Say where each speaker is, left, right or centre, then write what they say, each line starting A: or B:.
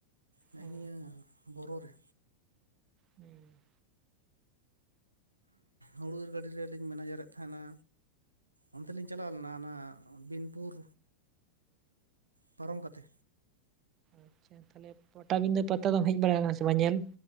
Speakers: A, on the right (about 85°); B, on the right (about 30°).
A: ᱱᱮᱜᱼ
B: ᱚ
A: ᱱᱤᱭᱟᱹ ᱵᱚᱨᱚ ᱨᱮ
B: ᱦᱩᱸ
A: ᱦᱩᱲᱩ ᱤᱨ ᱜᱟᱹᱰᱤ ᱨᱮᱞᱤᱧ ᱢᱮᱱᱟᱡᱟᱨ ᱮᱫ ᱛᱟᱦᱮᱱᱟ᱾ ᱚᱱᱛᱮ ᱞᱤᱧ ᱪᱟᱞᱟᱣ ᱞᱮᱱᱟ ᱚᱱᱟ ᱵᱤᱱᱯᱩᱨ ᱯᱟᱨᱚᱢ ᱠᱟᱛᱮ
B: ᱟᱪᱪᱷᱟ ᱛᱟᱞᱦᱮ ᱯᱚᱴᱟᱵᱤᱸᱫᱟᱹ ᱯᱟᱛᱟ ᱫᱚᱢ ᱦᱮᱡᱽ ᱵᱟᱲᱟ ᱟᱠᱟᱱᱟ ᱥᱮ ᱵᱟᱝ ᱧᱮᱞ᱾